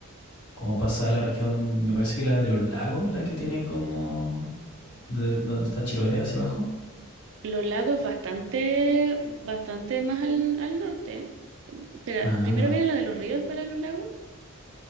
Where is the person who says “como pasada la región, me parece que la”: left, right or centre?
Left